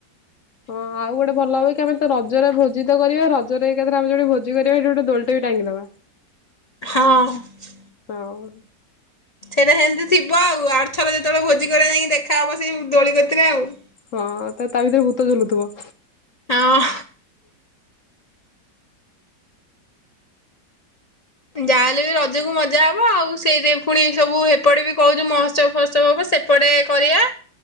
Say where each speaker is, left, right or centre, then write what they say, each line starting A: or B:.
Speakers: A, on the left; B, on the left.
A: ହଁ ଆଉ ଗୋଟେ ଭଲ ହବ କି ଆମେ ତ ରଜରେ ଭୋଜି ତ କରିବା ରଜରେ ଏକାରେ ଆମେ ଯୋଉଠି ଭୋଜି କରିବା ସେଠି ଗୋଟେ ଦୋଳି ଟେ ବି ଟାଙ୍ଗିଦବା।
B: ହଁ।
A: ହଁ ଉଁ।
B: ସେଇଟା ସେମିତି ଥିବ ଆଉ ଆରଥର ଯେତେବେଳେ ଭୋଜି କରିବା ଯାଇକି ଦେଖା ହେବ ସେଇ ଦୋଳି କତିରେ ଆଉ।
A: ହଁ ତ ତା ଭିତରେ ଭୂତ ଜଝୁଲୁଥିବ।
B: ହଁ। ଯାହାହେଲେ ବି ରଜକୁ ମଜା ହବ ଆଉ ସେଇଥି ପାଇଁ ପୁଣି ସବୁ ହେପଟେ ବି କହୁଛୁ ମହୋଉତ୍ସବ ଫହୋଉତ୍ସବ ହବ ସେ ଏପଟେ କରିବା।